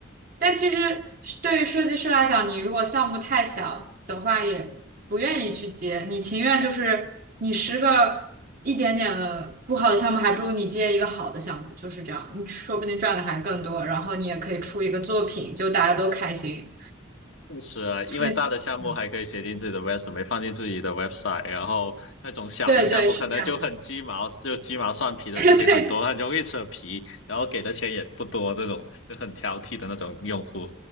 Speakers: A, on the right (about 45°); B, on the left (about 65°).
A: 但其实是对于设计师来讲，你如果项目太小的话，也不愿意去接，你情愿就是你十个一点点的不好的项目，还不如你接一个好的项目，就是这样，你说不定赚的还更多，然后你也可以出一个作品，就大家都开心，
B: 是啊，因为大的项目还可以写进自己的
A: 就是嗯
B: resume，放进自己的 website，然后那种小的项目可能就很鸡毛，
A: 对对是这样，
B: 就鸡毛蒜皮的事情很多，
A: <laughs> 对对
B: 很容易扯皮，然后给的钱也不多，这种就很挑剔的那种用户，